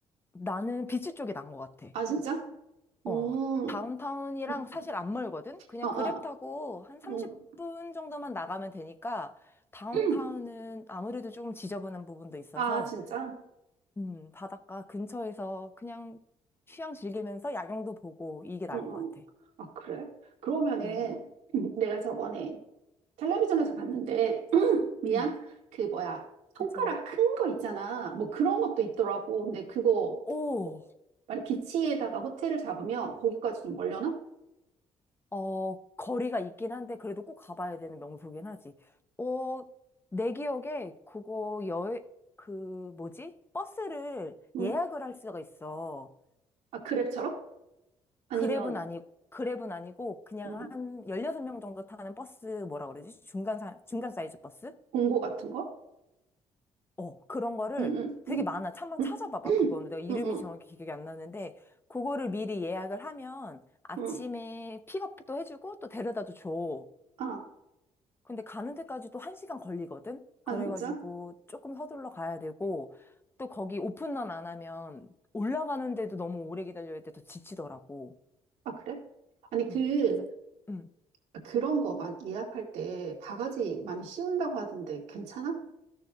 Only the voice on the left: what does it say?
나는 비치 쪽이 난 것 같아.
어, 다운타운이랑
사실 안 멀거든? 그냥
그랩 타고 한 30분
정도만 나가면 되니까 다운타운은
아무래도 조금 지저분한 부분도 있어서
음, 바닷가 근처에서 그냥 휴양 즐기면서 야경도 보고 이게 나은
것 같아.
음,
음,
괜찮아.
오,
어, 거리가 있긴 한데 그래도 꼭 가봐야 되는 명소긴 하지. 어, 내 기억에 그거 여, 그 뭐지? 버스를
예약을 할 수가 있어.
그랩은 아니, 그랩은 아니고, 그냥
한 16명 정도 타는 버스, 뭐라 그러지? 중간, 사, 중간 사이즈 버스?
어, 그런 거를
되게
많아. 한번 찾아봐봐,
그거는. 내가 이름이
정확히 기억이 안 나는데, 그거를 미리 예약을 하면 아침에
픽업도 해주고 또 데려다도 줘.
근데 가는 데까지도 한시간 걸리거든? 그래가지고
조금 서둘러 가야 되고, 또 거기 오픈런 안 하면 올라가는데도 너무 오래 기다려야 돼. 더 지치더라고.
음, 그래서. 음.